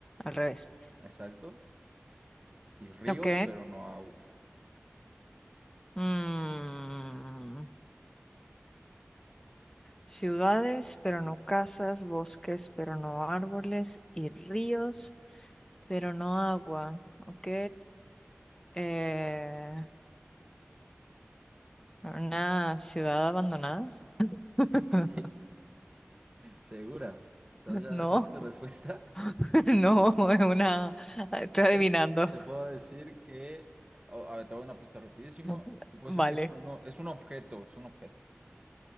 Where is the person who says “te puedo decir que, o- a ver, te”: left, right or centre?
Right